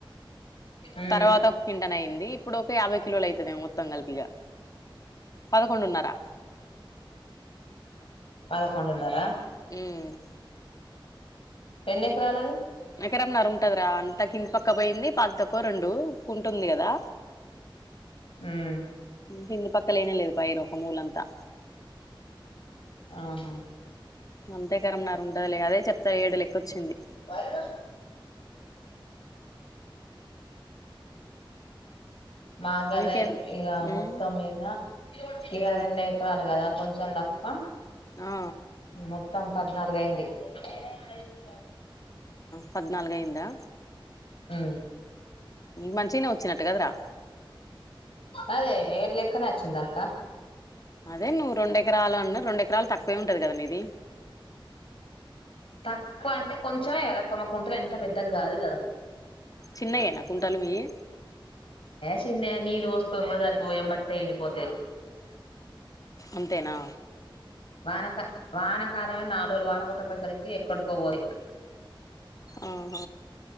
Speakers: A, on the left; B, on the left.
A: ఉమ్
B: తర్వాత ఒక కింటన్ అయింది ఇప్పుడు డు యాభై కిలోలు అయితదే మొత్తం కలిపిగా పదకొండున్నారా
A: పదకొండు ఉన్నారా
B: చేను
A: ఎన్ని ఎకిరాలది
B: ఎకరమన్నారురు ఉంటదరా అంత కింది పక్క పోయింది పది తక్కువ రెండు కుంటుంది కదా
A: ఉమ్
B: కింది పక్కలేనే లేదు పైరు ఒక మూలంతా
A: ఆహా
B: అంతే కరంన్నారు ఉంటండదులే అదే చెప్తారు ఏడు లెక్క వచ్చింది
A: ఆహా మాగదే
B: నీకేం
A: ఇక
B: ఉమ్
A: మొత్తం మీద ఇక
B: ఉమ్
A: రెండు ఎకరాలు కదా కొంచెం తక్కువ
B: ఆ
A: మొత్తం పద్నాలుగు అయింది అయనజా
B: పద్నాలుగు అయిందా
A: హ
B: మంచిగనే వచ్చినట్టు కదరా
A: అదే ఏడులెక్కనచ్చిందాక్క
B: అదే నువ్వు రెండు ఎకరాలు అన్నా రెండు ఎకరాలు తక్కువే ఉంటాది కదా మీది
A: తక్కువ అంటే కొంచమే కదా అక్క మా కుంటలో ఎంత పెద్దగా కాదు కదా
B: చిన్నయేనా కుంటలు మీవి
A: చిన్నవే నీలు పోసుకోం కూడా సరిపోవు ఏంబట్టనీ ఎండిపోటై
B: అంతేనా
A: వానక వానకాలమే నాలు <unintelligible> లు వాహన కుట్ట పోయేసరికి ఎక్కడ పోవాలి
B: ఆహ